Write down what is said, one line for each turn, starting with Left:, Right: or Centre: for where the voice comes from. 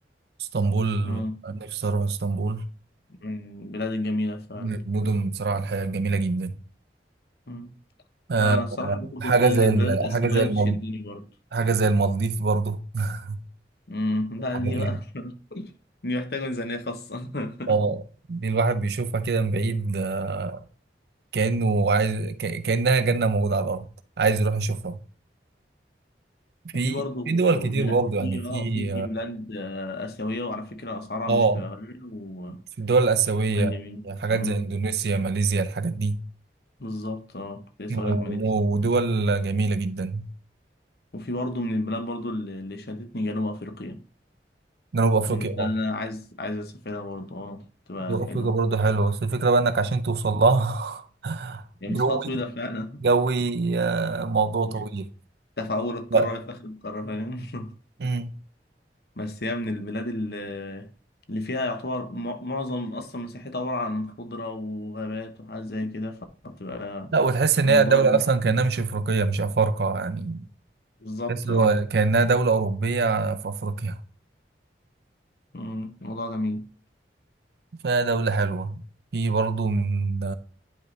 Right: اسطنبول
Left: أمم،
Right: نفسي اروح اسطنبول
Left: من البلاد الجميلة فعلا
Right: من المدن
Left: أمم،
Right: بصراحة الحياة جميلة جدا
Left: أمم.
Right: آه،
Left: لا أنا الصراحة
Right: آه،
Left: برضه
Right: حاجة
Left: في
Right: زي
Left: البلاد
Right: ال-
Left: الآسيوية
Right: حاجة زي المال
Left: بتشدني برضه
Right: حاجة زي المالديف برضو <laughs>
Left: أمم، لا
Right: حاجة
Left: دي بقى
Right: كده.
Left: <laughs> دي محتاجة ميزانية خاصة <laughs>
Right: اه دي الواحد بيشوفها كده من بعيد آه، كأنه عايز ك- كأنها جنة موجودة على الأرض عايز يروح يشوفها في
Left: وفي برضه
Right: في دول كتير
Left: بلا-
Right: برضه
Left: في
Right: يعني في
Left: اه في في بلاد آه، آسيوية وعلى فكرة أسعارها
Right: اه
Left: مش تبقى غالية وكان
Right: في الدول الآسيوية
Left: جميل
Right: يعني حاجات
Left: مم.
Right: زي إندونيسيا ماليزيا الحاجات دي
Left: بالظبط اه كنت لسه
Right: و-
Left: أقول لك ماليزيا
Right: ودول جميلة جدا
Left: وفي برضه من البلاد برضه اللي اللي شدتني جنوب أفريقيا
Right: جنوب أفريقيا
Left: من البلاد
Right: اه
Left: اللي أنا عايز عايز أسافرها برضه اه تبقى
Right: جنوب أفريقيا
Left: حلوة
Right: برضه حلوة بس الفكرة بقى إنك عشان توصل لها <laughs>
Left: يعني
Right: جوي
Left: مسافة طويلة فعلا
Right: جوي آه، موضوع
Left: انت
Right: طويل
Left: في أول القارة
Right: لا
Left: يا في آخر القارة فاهم <laughs>
Right: مم.
Left: بس هي من البلاد ال- اللي فيها يعتبر م- معظم أصلا مساحتها عبارة عن خضرة وغابات وحاجات زي كده فبتبقى
Right: لا وتحس إن
Left: موضوع
Right: هي دولة
Left: جميل.
Right: أصلا كأنها مش أفريقية مش أفارقة يعني
Left: بالظبط
Right: تحس هو
Left: اه
Right: كأنها دولة أوروبية في أفريقيا
Left: مم، موضوع جميل
Right: فدولة حلوة في برضه من